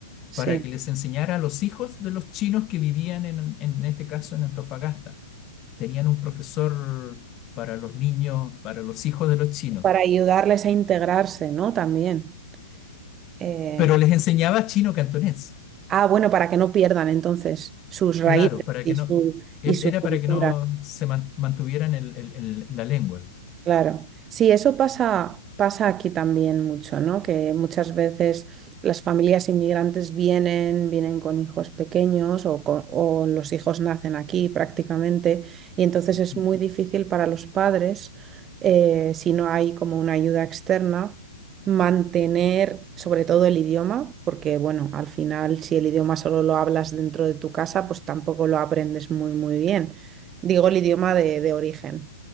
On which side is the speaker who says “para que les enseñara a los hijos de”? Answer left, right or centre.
Left